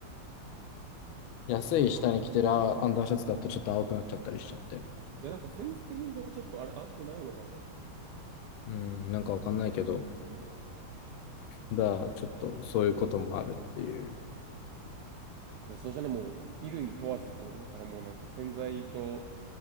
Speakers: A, on the left; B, on the right.
A: 安い下に着てるアンダーシャツだとちょっと青くなっちゃったりしちゃって。
B: じゃあもう、じゃあなんか洗剤がちょっとあれ、合ってないのかね。
A: うん、なんかわかんないけど、だからちょっとそういうこともあるっていう、
B: いやそうじゃね、もう、衣類問わずってことだったら、もうなんか洗剤と